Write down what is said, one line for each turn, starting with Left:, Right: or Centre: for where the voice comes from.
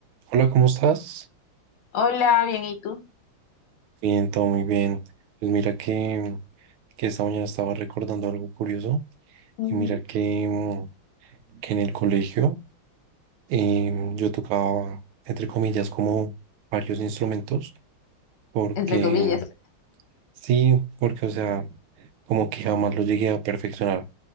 Right: Hola, ¿cómo estás?
Left: Hola, bien, ¿y tú?
Right: Bien, todo muy bien. Pues mira que, que esta mañana estaba recordando algo curioso
Left: Ujú.
Right: y mira que, mm, que en el colegio em, yo tocaba, entre comillas, como varios instrumentos porque
Left: Entre comillas.
Right: sí, porque o sea, como que jamás lo llegué a perfeccionar,